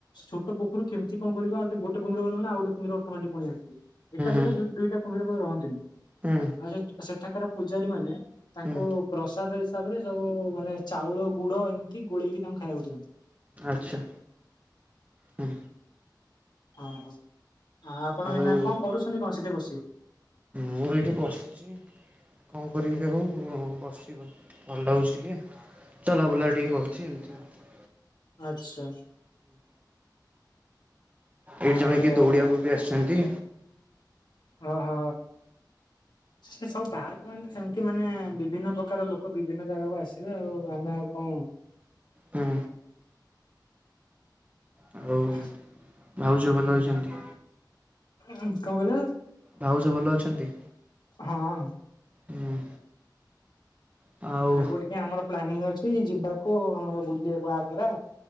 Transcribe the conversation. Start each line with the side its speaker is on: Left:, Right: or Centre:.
Left: ଛୋଟ ପୋଖରୁ କେମିତି କଣ କରିକି ଆ ଗୋଟେ କୁମ୍ଭୀର ଗଲେ ମାନ ଆଉ ଗୋଟେ କୁମ୍ଭୀର ଅଟୋମେଟିକ୍ ପଳେଇ ଆସୁଛି। ଏକା ସାଙ୍ଗରେ
Right: ହୁଁ
Left: ଦୁଇ ଦୁଇଟା କୁମ୍ଭୀର କେବେ ରହନ୍ତିନି।
Right: ହୁଁ।
Left: ଆଉ ସେ ସେଠାକାର ପୂଜାରୀ ମାନେ ତାଙ୍କୁ
Right: ହୁଁ
Left: ପ୍ରସାଦ ହିସାବରେ ସବୁ ମାନେ ଚାଉଳ ଗୁଡ ଡ ଏମିତି ଗୋଳେଇକି ତାଙ୍କୁ ଖାଇବାକୁ ଦିଅନ୍ତି।
Right: ଆଚ୍ଛା। ହୁଁ
Left: ଅଁ ହ ଆ ଆପଣ
Right: ଆଉ
Left: ଏଇନା କଣ କରୁଛନ୍ତି କଣ ସେଠି ବସି?
Right: ମୁଁ ଏଇଠି ବସିଛି କଣ କରିବି ଆଉ ବସି ଭଲ ଲାଗୁଛି ଟିକେ ଚଲାବୁଲା ଟିକେ କରୁଛି ଏମିତି ଆଉ।
Left: ଆଚ୍ଛା।
Right: ଏଇଠି
Left: ଆଉ
Right: ଜଣେ କିଏ ଦୌଡିବାକୁ ବି ଆସିଛନ୍ତି?
Left: ହଁ ହଁ। ସେ ସବୁ ପାର୍କ ମାନେ ତ ସେମତି ମାନେ ବିଭିନ୍ନ ପ୍ରକାର ଲୋକ ବିଭିନ୍ନ ଜାଗାକୁ ଆସିବେ ଆଉ ଆମେ ଆଉ କଣ
Right: ହୁଁ।
Left: <unintelligible>
Right: ଆଉ ଭାଉଜ ଭଲ ଅଛନ୍ତି?
Left: ଉଁ କଣ କହିଲ?
Right: ଭାଉଜ ଭଲ ଅଛନ୍ତି?
Left: ହଁ
Right: ହୁଁ ଆଉ
Left: ଆଗକୁ ଟିକେ ଆମର ପ୍ଲାନିଙ୍ଗ୍ ଅଛି ଯିବାକୁ ଆମର ବୁଲିବାକୁ ଆଗ୍ରା।